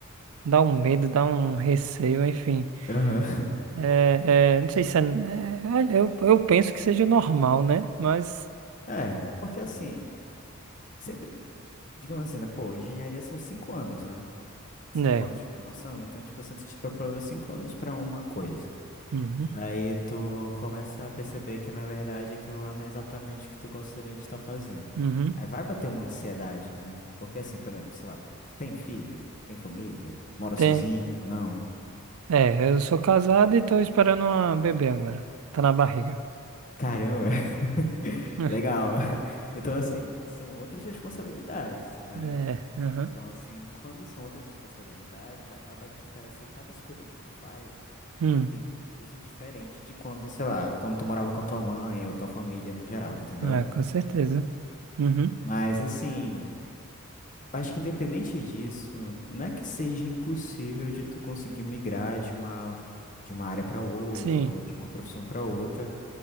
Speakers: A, on the right (about 75°); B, on the left (about 35°).
A: dá um medo, dá um receio, enfim.
B: aham. <laughs>
A: É, é, não sei se é, é, eu, eu penso que seja normal, né? Mas,
B: É, porque assim, sempre, digamos assim, né? Pô, engenharia são cinco anos, né? Cinco
A: né,
B: anos de formação, então, tipo assim, tu te preparou cinco anos pra uma coisa.
A: uhum,
B: Daí tu começa a perceber que, na verdade, aquilo lá não é exatamente o que tu gostaria de estar fazendo.
A: uhum.
B: Aí vai bater uma ansiedade, né? Porque assim, por exemplo, sei lá, tu tem filho, tem família, mora
A: Tem,
B: sozinho, não?
A: é, eu sou casado e tô esperando uma bebê agora. Tá na barriga.
B: Caramba, <laughs>
A: <laughs>
B: legal. <laughs> Então, assim, são outras responsabilidades, né?
A: É, aham.
B: Então, assim, quando são outras responsabilidades, acaba que parece que cada escolha que tu faz
A: uhum.
B: tem um peso diferente de quando, sei lá, quando tu morava com a tua mãe ou tua família no geral, entendeu?
A: Ah, com certeza. Uhum.
B: Mas assim. Acho que independente disso, não é que seja impossível de tu conseguir migrar de uma de uma área para outra
A: Sim,
B: ou de uma profissão para outra,